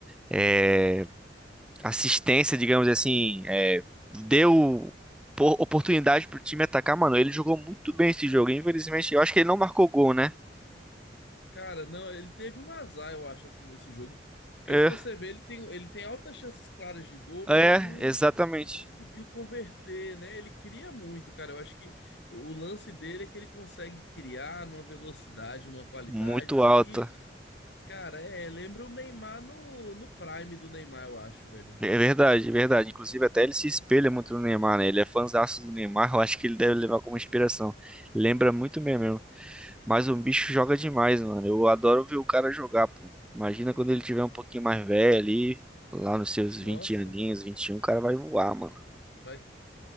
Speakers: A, in the centre; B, on the left.
A: é, assistência, digamos assim, é, deu por- oportunidade pro time atacar, mano. Ele jogou muito bem esse jogo, infelizmente. Eu acho que ele não marcou gol, né?
B: Cara, não, ele teve um azar, eu acho, assim, nesse jogo. Porque
A: É,
B: se você vê, ele tem, ele tem altas chances claras de gol, mas
A: é,
B: ele não
A: exatamente.
B: conseguiu converter, né? Ele cria muito, cara. Eu acho que o lance dele é que ele consegue criar numa velocidade, numa qualidade
A: Muito
B: que,
A: alta.
B: cara, é, lembra o Neymar no, no prime do Neymar, eu acho, velho.
A: É verdade, é verdade. Inclusive, até ele se espelha muito no Neymar, né? Ele é fãzaço do Neymar, <laughs> eu acho que ele deve levar como inspiração. Lembra muito mesmo. Mas o bicho joga demais, mano. Eu adoro ver o cara jogar, pô. Imagina quando ele tiver um pouquinho mais velho ali, lá nos seus vinte
B: Nossa,
A: aninhos, 21, o cara vai voar, mano.
B: vai